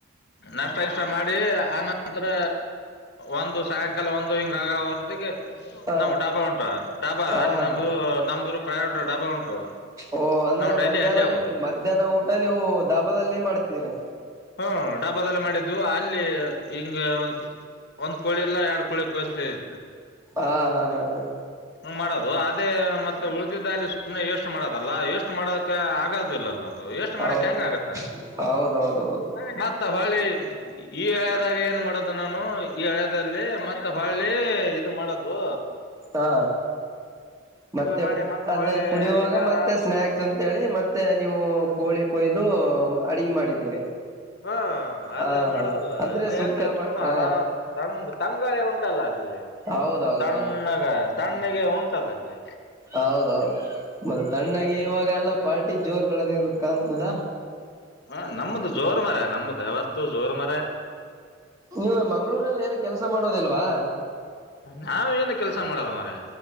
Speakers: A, on the left (about 55°); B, on the right (about 15°).
A: ನಾಷ್ಟ ಗಿಷ್ಟ ಮಾಡಿ ಆನಂತರ ಒಂದು ಸಾಯಂಕಾಲ ಒಂದು ಹಿಂಗ ಆಗ ಹೊರ್ದಿಗೆ
B: ಹ
A: ನಾವು ಡಾಬಾ ಉಂಟಾ ಡಾಬಾ
B: ಹಾ
A: ಅಲ್ಲಿ ನಮ್ದು
B: ಹಾ
A: ನಮ್ದರು ಪ್ರೈವೇಟ್ ಡಾಬಾ ಉಂಟು.
B: ಓ ಅಂದ್ರೆ
A: ನಾವು ಡೈಲಿ
B: ಮಧ್ಯಾಹ್ನ
A: ಅಲ್ಲೇ ಹೋಗೋದು.
B: ಮಧ್ಯಾಹ್ನ ಊಟ ನೀವು ದಾಬಾದಲ್ಲಿ ಮಾಡ್ತಿದೀರಾ
A: ಹ್ಮ ಡಾಬಾದಲ್ಲೇ ಮಾಡಿದ್ದು ಅಲ್ಲಿ ಹಿಂಗ ಒನ್ ಒಂದ್ ಕೋಳಿ ಇಲ್ಲ ಎರಡ್ ಕೋಳಿ ಕೊಯ್ಸ್ತೀವ್.
B: ಆ ಹಾ ಹಾ ಹ
A: ಹ್ಮ ಮಾಡೋದು ಅದೇ ಮತ್ತೆ ಉಳಿದಿದ ಅಲ್ಲಿ ಸುಮ್ನೆ ಎಷ್ಟು ಮಾಡೋದಲ್ಲ ವೆಷ್ಟು ಮಾಡೋದಕ್ಕೆ ಆಗೋದಿಲ್ಲಲ್ಲದ್ ಅ ವೆಷ್ಟು ಮಾಡಕ್
B: ಹೌ
A: ಹೆಂಗ ಆಗತ್ತ
B: ಹೌದೌದೌದು
A: ಮ ಮತ್ತ ಹೊಳೆ ಈ ಹಳ್ಯದಾಗ ಏನ್ ಮಾಡೋದು ನಾನು ಈ ಹಳ್ಯದಲ್ಲಿ ಮತ್ ಹೊಳೆ ಇದು ಮಾಡದು.
B: ಹಾ ಮತ್ತೆ
A: ಮಾಡಿ ಮತ್ತ
B: ಅದೇ
A: ಹೊಳ್ಳಿ
B: ಕುಡಿಯುವಾಗ
A: ಇಲ್ಲಿ
B: ಮತ್ತೆ
A: ಆರಾಮ
B: ಸ್ನಾಕ್ಸ್ ಅಂತೇಳಿ ಮತ್ತೆ ನೀವು ಕೋಳಿ ಕೊಯ್ ದು ಅಡುಗೆ ಮಾಡಿದ್ದೀರಿ.
A: ಹಾ ಅದೆ
B: ಹಾ ಹಾ
A: ಮಾಡೋದಲ್ಲ
B: ಅಂದ್ರೆ
A: ಅಲ್
B: ಸುಕ್ಕ
A: ಯಾಕೆ ಸುಮ್ಮ
B: ಹ
A: ಆರಾಮ್ ತಣ್ ತಂಗಾಳಿ ಉಂಟಲ್ಲ ಅಲ್ಲಿ
B: ಹೌದೌದೌದು
A: ತಣ್ಣಗ ತಣ್ಣಗೆ ಉಂಟಲ್ಲ ಅಲ್ಲಿ.
B: ಹೌದೌದು ಮತ್ತೆ ತಣ್ಣಗೆ ಇವಾಗೆಲ್ಲ ಪಾರ್ಟಿ ಜೋರ್ ನಡೆದಿರಕ್ಕಾಂತದ.
A: ಹ ನಮ್ದು ಜೋರ್ ಮರಯ ನಮ್ದ್ ಯಾವತ್ತು ಜೋರ್ ಮರಾಯ್.
B: ನೀವು ಮಂಗ್ಗಳೂರಲ್ಲಿ ಏನು ಕೆಲಸ ಮಾಡೋದಿಲ್ವಾ.
A: ನಾವ್ ಏನು ಕೆಲ್ಸ ಮಾಡಲ್ಲ ಮಾರೆ.